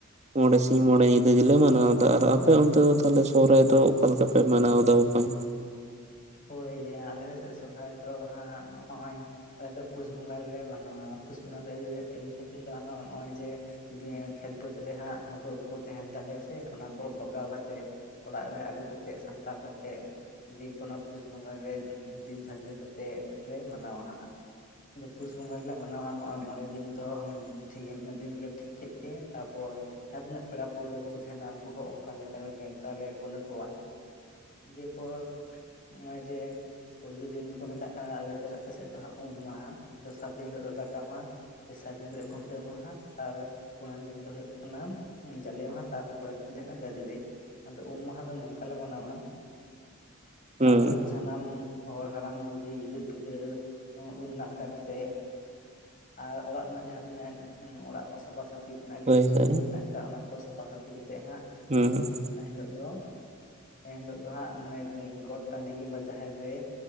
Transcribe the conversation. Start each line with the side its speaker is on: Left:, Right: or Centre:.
Right: ᱢᱚᱬᱮ ᱥᱤᱧ ᱢᱚᱬᱮ ᱧᱤᱫᱟᱹ ᱜᱮᱞᱮ ᱢᱟᱱᱟᱣᱫᱟ, ᱟᱨ ᱟᱯᱮ ᱚᱱᱛᱮ ᱫᱚ ᱛᱟᱦᱞᱮ ᱥᱚᱦᱨᱟᱭ ᱫᱚ ᱚᱠᱟ ᱞᱮᱠᱟ ᱯᱮ ᱢᱟᱱᱟᱣᱫᱟ ᱵᱚᱠᱚᱧ?
Left: ᱦᱳᱭ ᱭᱟ ᱟᱞᱮ ᱥᱮᱜ ᱥᱚᱨᱦᱟᱭ ᱫᱚ ᱦᱟᱸᱜ ᱱᱚᱜ-ᱚᱭ ᱟᱞᱮ ᱫᱚ ᱯᱩᱥ ᱵᱚᱸᱜᱟ ᱨᱮᱞᱮ ᱢᱟᱱᱟᱣᱟ, ᱟᱨ ᱯᱩᱥ ᱵᱚᱸᱜᱟ ᱫᱚ ᱤᱭᱟᱹ ᱠᱷᱟᱹᱛᱤᱨᱞᱮ ᱢᱟᱱᱟᱣᱟ ᱱᱚᱜ-ᱚᱭ ᱡᱮ ᱡᱮ, ᱠᱷᱮᱛ ᱵᱟᱹᱫᱽ ᱨᱮ ᱦᱟᱸᱜ ᱦᱩᱲᱩ ᱠᱚ ᱛᱟᱸᱦᱮᱱ ᱛᱟᱞᱮᱭᱟ ᱥᱮ ᱚᱱᱟᱠᱚ ᱵᱟᱜᱟᱣ ᱠᱟᱛᱮᱜ ᱚᱲᱟᱜ ᱨᱮ ᱟᱹᱜᱩ ᱠᱟᱛᱮᱜ, ᱥᱟᱢᱴᱟᱣ ᱠᱟᱛᱮᱜ ᱵᱤᱫ ᱚᱱᱟ ᱯᱩᱥ ᱵᱚᱸᱜᱟ ᱨᱮ ᱫᱤᱱ ᱫᱷᱟᱨᱡᱚ ᱠᱟᱛᱮᱜ ᱞᱮ ᱢᱟᱱᱟᱣᱟ ᱦᱟᱸᱜ᱾ ᱟᱫᱚ ᱯᱩᱥ ᱵᱚᱸᱜᱟ ᱜᱮᱞᱮ ᱢᱟᱱᱟᱣᱟ, ᱱᱚᱜ-ᱚᱭ ᱢᱚᱬᱮ ᱫᱤᱱ ᱛᱚ ᱦᱩᱸ ᱦᱩᱸ ᱴᱷᱤᱠ ᱢᱟᱱᱮ ᱫᱤᱱ ᱠᱚᱞᱮ ᱴᱷᱤᱠ ᱠᱮᱫ ᱜᱮ ᱛᱟᱯᱚᱨ ᱡᱟᱦᱟᱸ ᱛᱤᱱᱟᱹᱜ ᱯᱮᱲᱟ ᱯᱟᱹᱣᱲᱟᱹ ᱠᱚᱠᱚ ᱛᱟᱸᱦᱮᱱᱟ ᱩᱱᱠᱩ ᱦᱚᱸ ᱚᱱᱠᱟ ᱞᱮᱠᱟ ᱱᱮᱣᱛᱟ ᱞᱮ ᱠᱩᱞ ᱟᱠᱚᱣᱟ᱾ ᱡᱮ ᱯᱚᱨ ᱱᱚᱜ-ᱚᱭ ᱡᱮ, ᱯᱳᱭᱞᱳ ᱫᱤᱱ ᱫᱚᱠᱚ ᱢᱮᱛᱟᱜ ᱠᱟᱱᱟ, ᱟᱞᱮ ᱫᱚ ᱟᱞᱮ ᱥᱮᱫ ᱫᱚ ᱦᱟᱸᱜ ᱩᱢ ᱢᱟᱦᱟ, ᱫᱚᱥᱟᱨ ᱫᱤᱱ ᱦᱤᱞᱳᱜ ᱫᱚ ᱫᱟᱠᱟ ᱢᱟᱦᱟ᱾ ᱛᱮᱥᱟᱨ ᱫᱤᱱ ᱦᱤᱞᱳᱜ ᱠᱷᱩᱱᱴᱟᱹᱣ ᱢᱟᱦᱟ, ᱟᱨ ᱯᱩᱱᱟᱱ ᱫᱤᱱ ᱫᱚ ᱦᱩᱭᱩᱜ ᱠᱟᱱᱟ ᱡᱟᱞᱮ ᱢᱟᱦᱟ, ᱛᱟᱨᱚᱯᱚᱨᱮᱨ ᱫᱤᱱ ᱫᱚ ᱦᱩᱭᱩᱜ ᱠᱟᱱᱟ ᱡᱟᱡᱽᱞᱮ᱾ ᱟᱫᱚ ᱩᱢ ᱢᱟᱦᱟ ᱫᱚ ᱱᱚᱝᱠᱟ ᱞᱮ ᱢᱟᱱᱟᱣᱟ
Right: ᱦᱩᱸ
Left: ᱟᱛᱳ ᱨᱮᱱ ᱥᱟᱱᱟᱢ ᱦᱚᱲ, ᱦᱟᱲᱟᱢ, ᱵᱷᱩᱰᱤ, ᱜᱤᱫᱟᱹᱨ-ᱯᱤᱫᱟᱹᱨ ᱩᱢ ᱱᱟᱲᱠᱟ ᱠᱟᱛᱮᱫ ᱟᱨ ᱚᱲᱟᱜ ᱨᱮᱱᱟᱜ ᱡᱟᱦᱟᱸ ᱛᱤᱱᱟᱹᱜ, ᱩᱸ ᱚᱲᱟᱜ ᱠᱚ ᱥᱟᱯᱷᱟ ᱥᱟᱯᱷᱤ᱾ ᱯᱤ ᱛᱮᱱᱟᱜ ᱜᱮᱡ
Right: ᱦᱳᱭ
Left: ᱜᱩᱨᱤᱡ
Right: ᱦᱳᱭ
Left: ᱠᱚ ᱢᱮᱱᱟᱜ ᱟᱠᱟᱫ ᱚᱱᱟ ᱠᱚ ᱥᱟᱯᱷᱟ ᱥᱟᱹᱯᱷᱤ ᱠᱟᱛᱮᱫ ᱦᱟᱸᱜ
Right: ᱦᱮᱸ
Left: ᱮᱱ ᱦᱤᱞᱳᱜ ᱫᱚ ᱮᱱᱦᱤᱞᱳᱜ ᱫᱚ ᱦᱟᱸᱜ ᱢᱟᱱᱮ ᱜᱚᱴ ᱴᱟᱺᱰᱤ ᱠᱤᱢᱵᱟ ᱡᱟᱦᱮᱨ ᱨᱮ